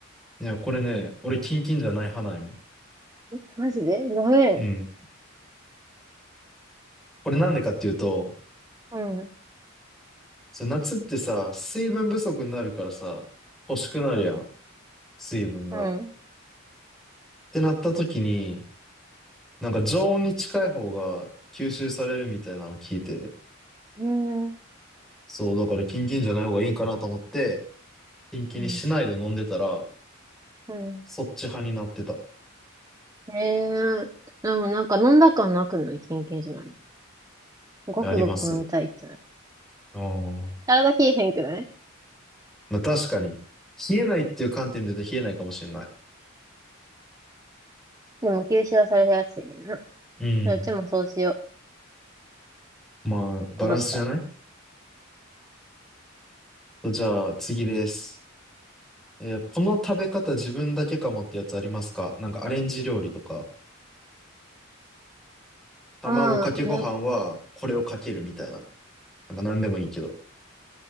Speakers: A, in the centre; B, on the right (about 15°).
A: いや、これね、俺キンキンじゃない派なんよ。
B: えマジでごめん。
A: うん。これなんでかっていうと、
B: うん、う
A: そう夏ってさ、水分不足になるからさ、欲しくなるやん。
B: ん、
A: 水分が。
B: うん。
A: っ
B: ね
A: てなった時に、なんか常温に近い方が吸収されるみたいなのを聞いて、
B: え、うん、
A: そう、だからキンキンじゃない方がいいかなと思って、キンキンにしないで飲んでたら、
B: うん、うん。
A: そっち派になってた。
B: ええでもなんか飲んだ感なくないキンキンじゃないごくごく飲みたいってなる。
A: あります。ああ。
B: 体冷えへんくない
A: まあ確かに。冷えないっていう観点で言うと冷えないかもしれない。
B: でも吸収はされてやすいねんな。
A: うん。
B: うちもそうしよう。
A: まあ、バランスじゃない
B: 今年から。
A: じゃあ、次です。えーこの食べ方自分だけかもってやつありますかなんかアレンジ料理とか、卵かけご飯はこれをかけるみたいな。
B: うん、な、
A: なんか何でもいいけど。